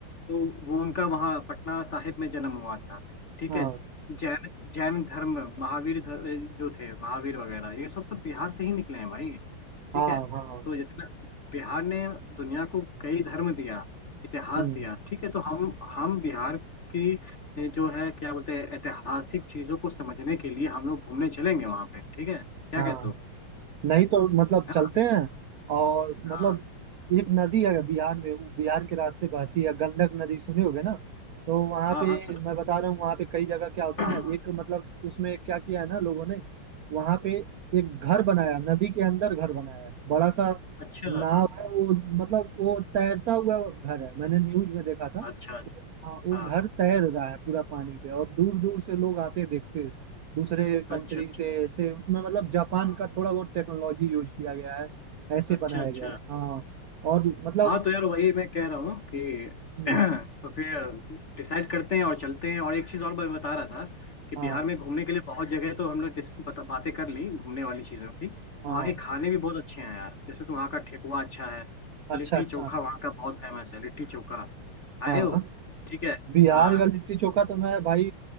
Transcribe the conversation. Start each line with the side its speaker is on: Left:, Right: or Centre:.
Left: तो वो उनका वहाँ पटना साहिब में जन्म हुआ था ठीक
Right: हाँ
Left: है जैन जैन धर्म महावीर धर्म जो थे महावीर वगैरह ये सब सब बिहार से ही निकले हैं भाई
Right: हाँ
Left: ठीक है
Right: हाँ
Left: तो जितना बिहार ने दुनिया को कई धर्म दिया इतिहास
Right: हम्म,
Left: दिया ठीक है तो हम हम बिहार की ए, जो है क्या बोलते हैं ऐतिहासिक चीजों को समझने के लिए हम लोग घूमने चलेंगे वहां पे ठीक है क्या
Right: हाँ
Left: कहते हो
Right: नहीं तो मतलब
Left: है
Right: चलते
Left: ना
Right: हैं और मतलब
Left: हाँ
Right: एक नदी है बिहार में वो बिहार के रास्ते बहती है गंडक नदी सुने होगे ना तो वहाँ
Left: हाँ
Right: पे
Left: हाँ
Right: मैं बता रहा हूँ वहाँ पे कई जगह क्या होता है
Left: अच्छा
Right: ना एक मतलब उसमें क्या किया है ना लोगों ने वहाँ पे एक घर बनाया नदी के अंदर घर बनाया है बड़ा सा
Left: अच्छा
Right: नाव है वो मतलब वो तैरता हुआ घर है मैंने न्यूज में देखा था
Left: अच्छा
Right: वो- हाँ, वो
Left: हाँ
Right: घर तैर रहा है पूरा पानी पे और दूर दूर से लोग आते देखते दूसरे कंट्री
Left: अच्छा अच्छा
Right: से ऐसे उसमें मतलब जापान
Left: हाँ
Right: का थोड़ा बहुत टेक्नोलॉजी यूज किया गया है ऐसे
Left: अच्छा
Right: बनाया
Left: अच्छा
Right: गया है हाँ और मतलब
Left: हाँ तो यार वही मैं कह रहा हूँ कि <clears throat>
Right: हम्म,
Left: तो फिर डिसाइड करते हैं और चलते हैं और एक चीज़ और मैं बता रहा था कि
Right: हाँ
Left: बिहार में घूमने के लिए बहुत जगह है तो हम लोग डिस- बता- बातें कर ली घूमने वाली चीज़ों की
Right: हाँ
Left: वहाँ के खाने भी बहुत अच्छे हैं यार जैसे तो वहाँ का ठेकुआ अच्छा है लिट्टी
Right: अच्छा अच्छा
Left: चोखा वहाँ का बहुत फेमस है लिट्टी चोखा खाए
Right: हाँ
Left: हो ठीक है
Right: बिहार
Left: हाँ
Right: का लिट्टी चोखा तो मैं भाई